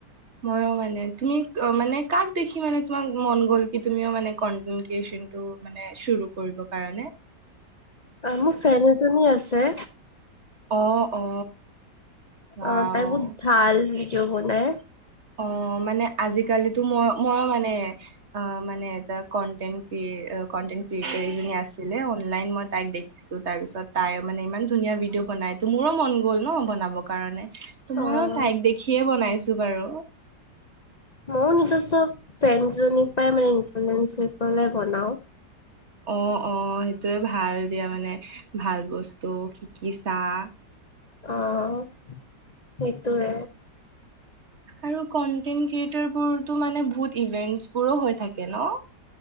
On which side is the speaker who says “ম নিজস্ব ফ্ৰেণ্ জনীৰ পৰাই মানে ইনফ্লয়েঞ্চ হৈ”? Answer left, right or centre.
Left